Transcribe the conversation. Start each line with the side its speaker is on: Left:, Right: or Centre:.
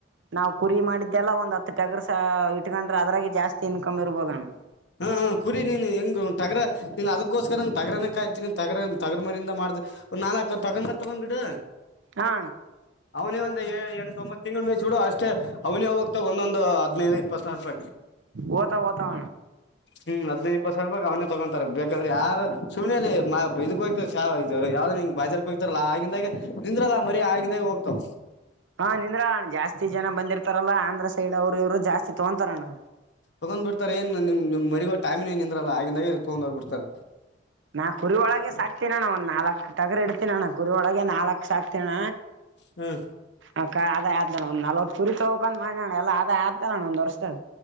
Right: ನಾವ್ ಕುರಿ ಮಾಡಿದ್ದೆಲ್ಲ ಒಂದ್ ಹತ್ ಇಟ್ಟಾಗ್ರ ಸ ಇಟ್ಕೊಂಡ್ರ ಅದ್ರಾಗ ಜಾಸ್ತಿ ಇನ್ಕಮ್ ಇರ್ಬೋದಣ್
Left: ಹಾ ಹ ಕುರಿ ನೀನ್ ಹೆಂಗ ತಗ್ರ ನೀನ್ ಅದಕ್ಕೋಸ್ಕರ ತಗರಣನ ಕಾಯ್ತೀಿನಿ ತಗ ತಗ್ರ ಮರಿಯಿಂದ ಮಾಡ ನಾಲ್ಕ ತಗೊಂಬಾರ ತಗೊಂಡ್ಬಿಡು
Right: ಹಾ
Left: ಅವನೇ ಒಂದ ಎಂಟ ಒೊಂಬತ್ತು ತಿಂಗಗಳ ಮೇಚ್ುಡು ಅಷ್ಟೇ ಅವ್ನೇ ಹೋಗ್ತ ಒಂದೊಂದು ಹದ್ನೈದು ಪಸಾರ ಪ
Right: ವತ ವತಣ
Left: ಹ್ಮ್ ಹದ್ೈದು ಇಪ್ಪತ್ತು ಸರ್ಲ್ ಬಾಗ ಅವ್ನೇ ತಗೊಂತಾರೆ ಬೇಕಾದ್ರ ಯಾರು ಸುಮನೆಲಿ ಇದ್ಕ್ೋಯ್ತ ಚಾವದು ಯಾವ್ದ್ ಹಂಗ್ ಬಾಜಾರ್ ಹೋಗ್ತಾರಲ್ಲಾ ಆಗಿಂದಾಗೆ ನಿಿಂದ್ರಲ್ಲ ಮರಿ ಆಗಿಂದಾಗೆ ಹೋಗ್ತಾವ
Right: ಹಾ ನಿಂದ್ರಣ ಜಾಸ್ತಿ ಜನ ಬಂದಿರ್ತಾರಲ್ಲಾ ಆಂದಧ್ರ ಸೈಡ್ ಅವ್ರರು ಇವ್ರು ಜಾಸ್ತಿ ತಗೊಂತಾರಣ್ಣ
Left: ತಗೊಂಡ್ ಬಿಡ್ತಾರೆ ಏನ್ ನಿಮ್ ನಿ್ ಮಗೋ ಟೈಮಿನನ್ ಏನ್ ಇದಂದ್ರಲ್ಲ ಆಗಿಂದಾಗೆ ತಗೊಂಡ್ೋಗ್ ಬಿಡ್ತಾರೆ
Right: ನಾ ಕುರಿ ಒಳಗೆ ಸಾಕ್ತನಣ ಒಂದ್ ನಾಲ್ಕಕ್ ತಗ್ರ ಇಡ್ತೀನಣ್ಣ ಕುರಿೊಳಗೆ ನಾಲ್ಕ್ು ಸಾಕ್ತಣ್ಣ
Left: ಹ್ಮ
Right: ಅಕ್ಕ ಅದೇ ಆದತಣ್ಣಂದ್ ನಲ್ವತ್ ಕುರಿ ತೊಕಂದ್ ಮಾಡನಣ ಎಲ್ಲ ಅದ ಆತ ಅಣ್ಣ ಒಂದ್ ವರ್ಷದ